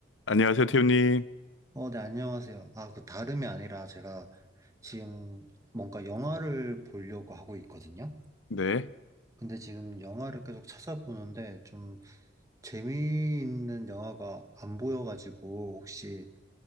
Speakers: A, on the left; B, on the right.
A: 안녕하세요, 태우님.
B: 어, 네, 안녕하세요. 아, 그 다름이 아니라 제가 지금 뭔가 영화를 보려고 하고 있거든요.
A: 네.
B: 근데 지금 영화를 계속 찾아보는데 좀 재미있는 영화가 안 보여가지고 혹시